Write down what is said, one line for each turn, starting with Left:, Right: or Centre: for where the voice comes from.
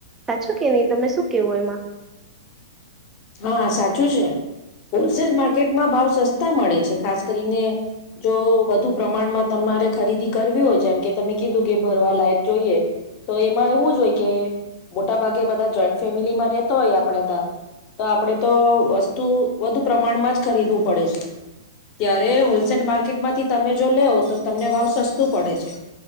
Right: સાચો કે નહીં તમે શું કેવો એમાં
Left: હા સાચું છે હોલસેલ માર્કેટમાં ભાવ સસ્તા મળે છે ખાસ કરીને જો વધુ પ્રમાણમાં તમારે ખરીદી કરવી હોય જેમ કે તમે કીધું કે ભરવા લાયક જોઈએ તો એમાં એવું જ હોય કે મોટા ભાગે બધા જોઈન્ટ ફેમિલીમાં રહેતો હોય આપણે ત્યાં તો આપણેે તો વસ્તુ વધુ પ્રમાણમાં જ ખરીદવું પડે છે ત્યારે હોલસેલ માર્કેટમાંથી તમે જો લેવ તો તમને ભાવ સસ્તું પડે છે